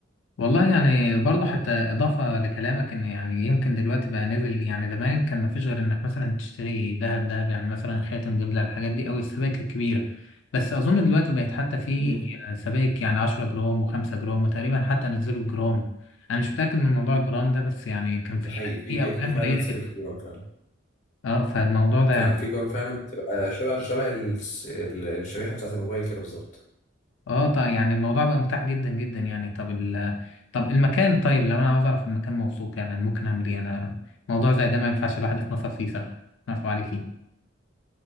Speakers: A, on the left (about 70°); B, on the left (about 40°).
A: والله يعني برضه حتى إضافة لكلامك إن يعني يمكن دلوقتي بقى نزل يعني زمان كان مفيش غير إنك مثلا تشتري ذهب ذهب يعني مثلا خاتم دبلة الحاجات دي أو السبائك الكبيرة بس أظن دلوقتي بقت حتى في
B: امم
A: سبائك يعني 10 جرام وخمسة جرام وتقريبا حتى نزلوا الجرام أنا مش متأكد من موضوع الجرام ده بس يعني كان
B: ده
A: في
B: حقيقي في
A: في
B: في
A: أوزان
B: في فعلا
A: قليلة
B: سبيكة
A: جدا
B: جدا فعلا
A: أه فالموضوع ده
B: فعلا
A: يعني
B: في جوان فعلا بتبقى شبه شبه الس- ال- الشريحة بتاعت الموبايل كده بالظبط
A: اه طيب يعني الموضوع بقى متاح جدا جدا يعني طب ال... طب المكان طيب لو انا عاوز اعرف المكان موثوق يعني أنا ممكن اعمل ايه انا موضوع زي ده ما ينفعش الواحد يتنصف فيه صراحه يتنصف عليه فيه